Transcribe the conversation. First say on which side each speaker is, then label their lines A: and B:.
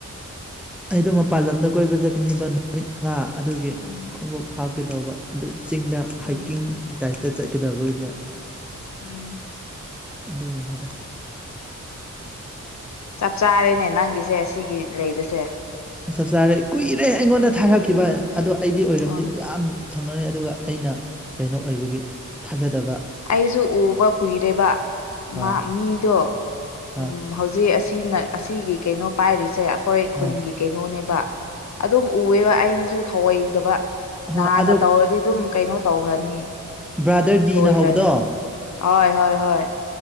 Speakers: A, in the centre; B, on the left.
A: ꯑꯩꯗꯣ ꯃꯄꯥꯟ ꯂꯝꯗ ꯀꯣꯏꯕ ꯆꯠꯀꯅꯦꯕ ꯅꯨꯃꯤꯠ ꯃꯪꯉꯥ ꯑꯗꯨꯒꯤ
B: ꯎꯝ
A: ꯈꯨꯡꯉꯨꯞ ꯍꯥꯞꯀꯦꯇꯧꯕ ꯑꯗꯨ ꯆꯤꯡꯗ
B: ꯎꯝ
A: ꯍꯥꯏꯀꯤꯡꯒꯤ ꯇꯥꯏꯞꯇ ꯑꯗ ꯆꯠꯀꯗꯕ ꯃꫭꯏꯅ
B: ꯎꯝ
A: ꯑꯗꯨꯅꯤꯗ
B: ꯆꯞ ꯆꯥꯔꯦꯅꯦ ꯅꯪꯒꯤꯁꯦ ꯁꯤꯒꯤ ꯂꯩꯕꯁꯦ
A: ꯆꯞ ꯆꯥꯔꯦ ꯀꯨꯏꯔꯦ ꯑꯩꯉꯣꯟꯗ ꯊꯥꯔꯛꯈꯤꯕ ꯑꯗꯣ ꯑꯩꯗꯤ ꯑꯣꯏꯔꯝꯗꯤ
B: ꯑꯥ
A: ꯌꯥꯝ ꯊꯨꯡꯂꯔꯦ ꯑꯗꯨꯒ ꯑꯩꯅ ꯀꯩꯅꯣ ꯑꯣꯏꯕꯒꯤ ꯊꯥꯖꯗꯕ
B: ꯑꯩꯁꯨ ꯎꯕ ꯀꯨꯏꯔꯦꯕ
A: ꯍꯣꯏ
B: ꯃꯥ ꯃꯤꯗꯣ
A: ꯍꯣꯏ
B: ꯎꯝ ꯍꯧꯖꯤꯛ ꯑꯁꯤꯅ ꯑꯁꯤꯒꯤ ꯀꯩꯅꯣ ꯄꯥꯏꯔꯤꯁꯦ ꯑꯩꯈꯣꯏ ꯈꯨꯟꯒꯤ
A: ꯑꯥ
B: ꯀꯩꯅꯣꯅꯦꯕ ꯑꯗꯨꯝ ꯎꯑꯦꯕ ꯑꯩꯅꯁꯨ ꯊꯧꯑꯣꯏꯗꯕ
A: ꯍꯣꯏ
B: ꯅꯍꯥꯟꯅ
A: ꯑꯗꯣ
B: ꯇꯧꯔꯗꯤ ꯑꯗꯨꯝ ꯀꯩꯅꯣ ꯇꯧꯈ꯭ꯔꯅꯤ
A: ꯕ꯭ꯔꯗꯔ ꯗꯤꯅ
B: ꯂꯣꯏꯈ꯭ꯔꯅꯤ
A: ꯍꯧꯕꯗꯣ
B: ꯍꯣꯏ ꯍꯣꯏ ꯍꯣꯏ